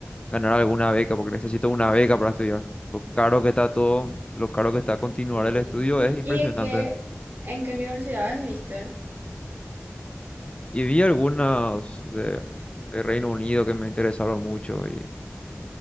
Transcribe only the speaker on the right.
¿Y,
y
y en qué, en qué universidades viste?